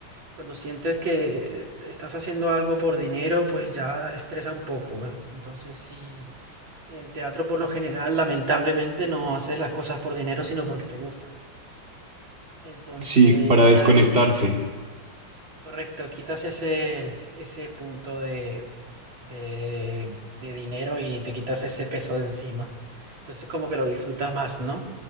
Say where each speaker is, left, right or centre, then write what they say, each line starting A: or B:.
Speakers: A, on the right; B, on the right.
A: cuando sientes que estás haciendo algo por dinero, pues ya estresa un poco. ¿eh? Entonces, sí, el teatro por lo general, lamentablemente, no haces las cosas por dinero, sino porque te gustan. Entonces,
B: Sí, para desconectarse,
A: ya ahí, correcto, quitas ese, ese punto de, de, de dinero y te quitas ese peso de encima. Entonces, como que lo disfrutas más, ¿no?